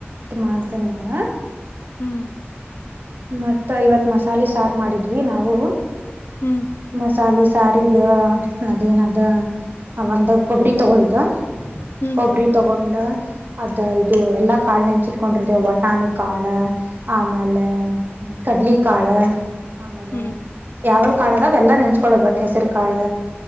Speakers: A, on the right; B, on the left.
A: ಮಾಡ್ತೇವೆ ನಾವ
B: ಹ್ಮ್
A: ಮತ್ತ ಐವತ್ ಮಸಾಲೆ ಸಾರು ಮಾಡಿದ್ವಿ ನಾವು
B: ಹ್ಮ್
A: ಮಸಾಲೆ ಸಾರ ಈಗ ಅದೇಏನಾದ ಒಂದು್ ಕೊಬ್ಬರಿ ತಗೊಳುದು
B: ಹ್ಮ್
A: ಕೊಬ್ಬರಿ ತಗೊಂಡ ಅದ ಇದು ಎಲ್ಲಾ ಕಾಳ ನೆನ್ಸಿಟ್ಕೊಂಡ್ರದೆ ವಟಾಣಿ ಕಾಳ ಆಮೇಲೆ ಹ್ಮ ಕಡ್ಲಿಕಾಳ ಆಮೇಲೆ
B: ಹ್ಮ್
A: ಯಾವ ಕಾಳದಾವೆಲ್ಲಾ ನೆಂಚ್ಕೊಳ್ಳೋದ್ ಬಟ್ ಹೆಸರು ಕಾಳ